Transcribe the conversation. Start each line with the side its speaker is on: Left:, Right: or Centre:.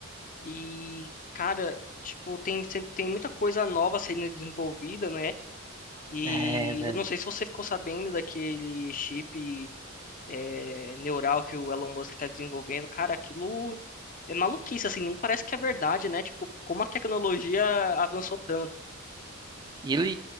Left: E, cara, tipo, tem, sem- tem muita coisa nova sendo desenvolvida, né? E
Right: É, velho.
Left: eu não sei se você ficou sabendo daquele chip, é, neural que o Elon Musk tá desenvolvendo. Cara, aquilo. é maluquice, assim, nem parece que é verdade, né? Tipo, como a tecnologia avançou tanto.
Right: Ele